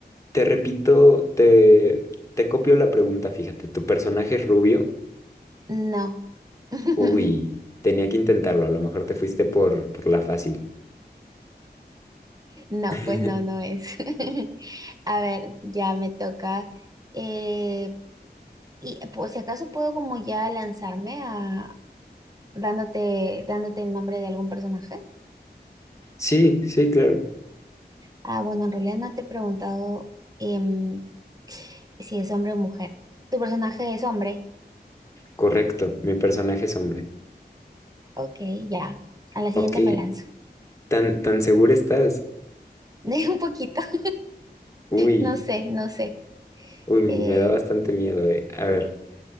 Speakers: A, on the left; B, on the right.
A: te repito, te, te copio la pregunta, fíjate, ¿tu personaje es rubio?
B: no. <laughs>
A: Uy, tenía que intentarlo, a lo mejor te fuiste por, por la fácil.
B: No,
A: <laughs>
B: pues no, no es. <laughs> A ver, ya me toca. eh, Y pues si acaso puedo como ya lanzarme a dándote, dándote el nombre de algún personaje.
A: Sí, sí, claro.
B: Ah, bueno, en realidad no te he preguntado em, si es hombre o mujer. Tu personaje es hombre.
A: Correcto, mi personaje es hombre.
B: Ok, ya. A la siguiente
A: Ok,
B: me lanzo.
A: ¿tan, tan segura estás?
B: <laughs> De un poquito. <laughs>
A: Uy,
B: No sé, no sé.
A: uy, me
B: Eh,
A: da bastante miedo, eh. A ver,